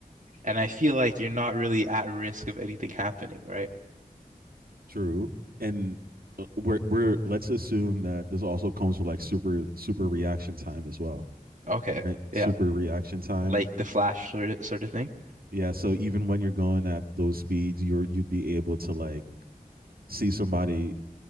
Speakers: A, on the right (about 55°); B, on the right (about 75°).
A: and I feel like you're not really at risk of anything happening, right?
B: True. And uh, we're we're let's assume that this also comes with like super super reaction time as well,
A: Okay.
B: right?
A: Yeah.
B: Super reaction time.
A: Like the Flash sort of sort of thing.
B: Yeah, so even when you're going at those speeds, you're you'd be able to like see somebody